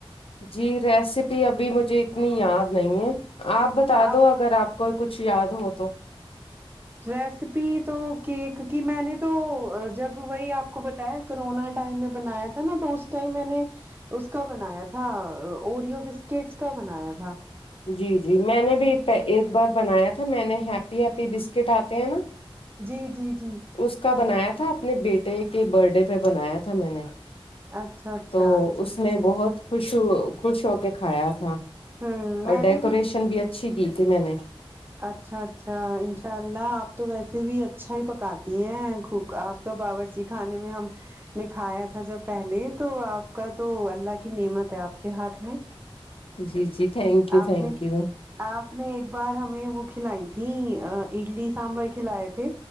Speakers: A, on the left; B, on the right.
A: جی ریسیپی ابھی مجھے اتنی یاد نہیں ہے آپ بتا
B: آپ
A: دو اگر آپ کوئی کچھ یاد ہو تو
B: ریسیپی تو کیک کی میں نے تو جب وہی آپ کو بتایا کرونا ٹائم میں بنایا تھا نا تو اس ٹائم میں نے اس کا بنایا تھا اوریو بسکٹس کا بنایا تھا
A: جی جی میں نے بھی ایک بار بنایا تھا میں نے ہیپی ہیپی بسکٹ آتے ہیں نا
B: جی جی جی
A: اس کا بنایا تھا اپنے بیٹے کے بر ڈے پہ بنایا تھا میں نے
B: اچھا اچھا
A: تو اس نے بہت خوش خوش ہو کے کھایا تھا
B: ہوں
A: اور
B: میں نے
A: ڈیکوریشن بھی اچھی کی تھی میں نے
B: اچھا اچھا انشاء اللہ آپ تو ویسے بھی اچھا ہی پکاتی ہیں خوگ آپ کا باورچی کھانے میں ہم نے کھایا تھا جب پہلے تو آپ کا تو اللہ کی نعمت ہے آپ کے ہاتھ میں
A: جی جی تھینک یو
B: آپ
A: تھینک
B: نے
A: یو
B: آپ نے ایک بار ہمیں وہ کھلائی تھی اڈلی سانبر کھلائے تھے